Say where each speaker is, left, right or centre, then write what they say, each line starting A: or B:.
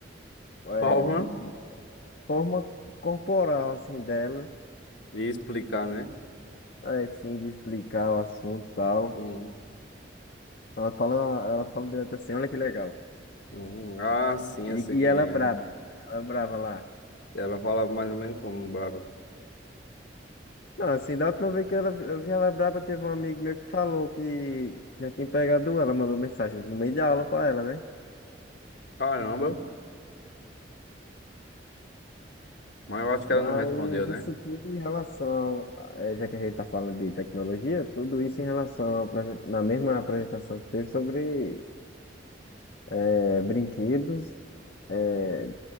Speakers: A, on the left; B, on the left.
A: é,
B: Palma.
A: de forma corporal, assim, dela,
B: De explicar, né?
A: é, sim, de explicar o assunto e tal.
B: Hum.
A: Ela fala, ela fala direto assim, olha que legal.
B: Hum, ah, sim,
A: E,
B: eu sei
A: e
B: quem
A: ela
B: é.
A: é braba, ela é braba lá.
B: Ela fala mais ou menos como brava.
A: Não, assim, da última vez que ela, eu vi ela braba, teve um amigo meu que falou que já tinha pegado ela, mandou mensagem no meio da aula pra ela, né?
B: Caramba, mas eu acho que
A: Mas
B: ela não respondeu, né?
A: isso tudo em relação, eh, já que a gente tá falando de tecnologia, tudo isso em relação à apresen- na mesma apresentação que teve sobre eh, brinquedos eh,